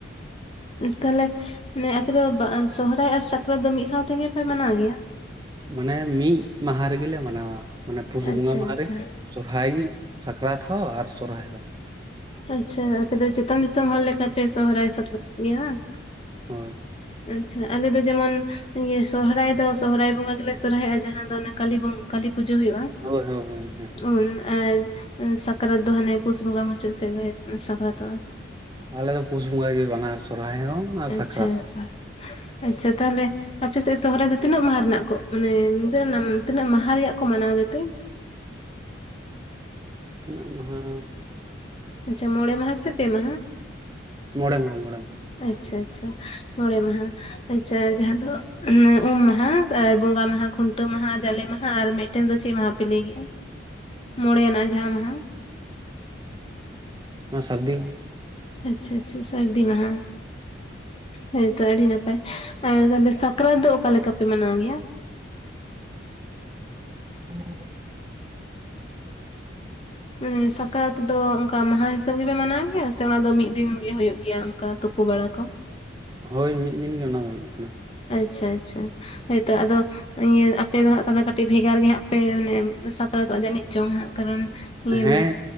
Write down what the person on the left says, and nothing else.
ᱛᱟᱦᱞᱮ ᱢᱟᱱᱮ ᱟᱯᱮ ᱫᱚ ᱥᱚᱦᱨᱟᱭ ᱟᱨ ᱥᱟᱠᱨᱟᱛ ᱫᱚ ᱢᱤᱫ ᱥᱟᱶ ᱛᱮᱜᱮ ᱯᱮ ᱢᱟᱱᱟᱣ ᱜᱮᱭᱟ?
ᱟᱪᱪᱷᱟ
ᱟᱪᱪᱷᱟ
ᱟᱪᱪᱷᱟ ᱟᱯᱮ ᱫᱚ ᱪᱮᱛᱟᱱ ᱫᱤᱥᱚᱢ ᱦᱚᱲ ᱞᱮᱠᱟ ᱯᱮ ᱥᱚᱦᱨᱟᱭ ᱥᱟᱠᱨᱟᱛ ᱜᱮᱭᱟ ᱵᱟᱝ
ᱟᱪᱪᱷᱟ ᱟᱞᱮ ᱫᱚ ᱡᱮᱢᱚᱱ ᱤᱭᱟᱹ ᱥᱚᱨᱦᱟᱭ ᱫᱚ ᱥᱚᱨᱦᱟᱭ ᱵᱚᱸᱜᱟ ᱜᱮᱞᱮ ᱥᱚᱨᱦᱟᱭᱚᱜᱼᱟ ᱾ ᱡᱟᱦᱟᱸ ᱫᱚ ᱠᱟᱞᱤ ᱵᱚᱜᱟ ᱠᱟᱹᱞᱤ ᱯᱩᱡᱟᱹ ᱦᱩᱭᱩᱜᱼᱟ
᱾
ᱩ ᱟᱨ ᱥᱟᱠᱟᱛ ᱫᱚ ᱦᱟᱱᱮ ᱯᱩᱥ ᱵᱚᱸᱜᱟ ᱢᱩᱪᱟᱹᱫ ᱥᱮ ᱞᱮ ᱥᱟᱠᱨᱟᱛ
ᱟᱪᱪᱷᱟ
ᱟᱪᱪᱷᱟ
ᱟᱪᱪᱷᱟ ᱛᱟᱦᱚᱞᱮ ᱟᱯᱮ ᱥᱮᱫ ᱥᱚᱦᱚᱨᱟᱭ ᱫᱚ ᱛᱤᱱᱟᱹᱜ ᱢᱟᱦᱟ ᱨᱮᱱᱟᱜ ᱠᱚ ᱢᱟᱱᱮ ᱛᱤᱱᱟᱹᱜ ᱢᱟᱦᱟ ᱨᱮᱭᱟᱜ ᱠᱚ ᱢᱟᱱᱟᱣ ᱜᱮᱛᱮ?
ᱟᱪᱪᱷᱟ ᱢᱚᱬᱮ ᱢᱟᱦᱟ ᱥᱮ ᱯᱮ ᱢᱟᱦᱟ
ᱟᱪᱪᱷᱟ ᱟᱪᱪᱷᱟ ᱢᱚᱬᱮ ᱢᱟᱦᱟ ᱟᱪᱪᱷᱟ ᱡᱟᱦᱟᱸ ᱫᱚ ᱩᱢ ᱢᱟᱦᱟ ᱟᱨ ᱵᱚᱸᱜᱟ ᱢᱟᱦᱟ ᱠᱷᱩᱱᱴᱟᱹ ᱢᱟᱦᱟ ᱡᱟᱞᱮ ᱢᱟᱦᱟ ᱟᱨ ᱢᱤᱫᱴᱮᱱ ᱫᱚ ᱪᱮᱫ ᱢᱟᱦᱟ ᱯᱮ ᱞᱟᱹᱭ ᱜᱮᱭᱟ ᱢᱚᱬᱮ ᱭᱟᱱᱟᱜ ᱡᱟᱦᱟᱸ ᱢᱟᱦᱟ
ᱟᱪᱪᱷᱟ ᱟᱪᱪᱷᱟ ᱥᱟᱹᱨᱫᱤ ᱢᱟᱦᱟ ᱦᱳᱭ ᱛᱚ ᱟᱹᱰᱤ ᱱᱟᱯᱟᱭ ᱟᱨ ᱛᱟᱦᱞᱮ ᱥᱟᱠᱨᱟᱛ ᱫᱚ ᱚᱠᱟ ᱞᱮᱠᱟ ᱯᱮ ᱢᱟᱱᱟᱣ ᱜᱮᱭᱟ
ᱢᱟᱱᱮ ᱥᱟᱠᱨᱟᱛ ᱫᱚ ᱚᱱᱠᱟ ᱢᱟᱦᱟ ᱦᱤᱥᱟᱹᱵ ᱜᱮᱯᱮ ᱢᱟᱱᱟᱣ ᱜᱮᱭᱟ ᱥᱮ ᱚᱱᱟ ᱫᱚ ᱢᱤᱫ ᱫᱤᱱ ᱜᱮ ᱦᱳᱭᱳᱜ ᱜᱮᱭᱟ ᱚᱱᱠᱟ ᱛᱩᱯ ᱯᱩ ᱵᱟᱲᱟ ᱠᱚ
ᱟᱪᱪᱷᱟ ᱟᱪᱪᱷᱟ ᱦᱳᱭ ᱛᱚ ᱟᱫᱚ ᱤᱭᱟᱹ ᱟᱯᱮ ᱫᱚ ᱦᱟᱸᱜ ᱛᱟᱦᱚᱞᱮ ᱠᱟᱹᱴᱤᱡ ᱵᱷᱮᱜᱟᱨ ᱜᱮ ᱦᱟᱸᱜ ᱯᱮ ᱢᱟᱱᱮ ᱥᱟᱠᱨᱟᱛᱚᱜ-ᱟ ᱡᱟᱹᱱᱤᱡ ᱪᱚᱝ ᱦᱟᱸᱜ ᱠᱟᱨᱚᱱ ᱤᱭᱟᱹ